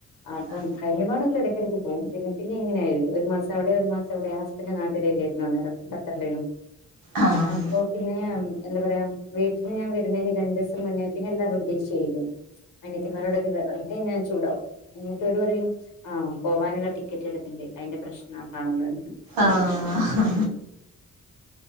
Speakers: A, on the left; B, on the right.
A: അപ്പം
B: ആഹ്
A: കഴിഞ്ഞ പാടൊക്കെ എ ടക്ക് പോവും പിന്നെ പിന്നെ ഇങ്ങനെയായി ഒരു മാസം അവിടെ ഒരു മാസം ഇവിടെ ഹസ്ബൻഡ് നാട്ടിലില്ലായിരുന്നു അന്നേരം തല്ലേനോ
B: ആഹ്
A: അപ്പൊ പിന്നെ എന്താ പറയാ വീട്ട്ല് ഞാൻ വരുന്നേന് രണ്ടീസം മുന്നേ പിന്നെ എല്ലാരോടും ദേഷ്യായിരിക്കും അനിയത്തിമാരോടൊക്കെ വേറ്തെ ഞാൻ ചൂടാവും എന്നിട്ടൊര് പറയും ആ പോവാനുള്ള ടിക്കറ്റ് എട്ത്തിട്ട്ണ്ട് അതിന്റെ പ്രശ്നതാണന്ന്
B: ആഹ്